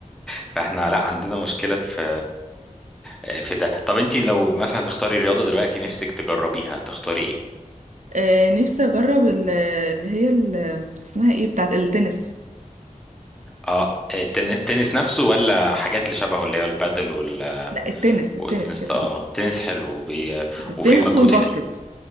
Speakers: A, in the centre; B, on the right.
A: فاحنا لا عندنا مشكله في آه، في ده طب انت لو مثلا تختاري رياضه دلوقتي نفسك تجربيها تختاري ايه
B: آه، نفسي اجرب ال- اللي هي ال- اسمها ايه بتاعت التنس
A: اه التن- التنس نفسه ولا حاجات اللي شبهه اللي هو البادل وال-
B: لا التنس التنس
A: والتنس
B: كتنس
A: ده؟ اه تنس حلو وبي...
B: التنس
A: وفي مجهود
B: والباسكت
A: حلو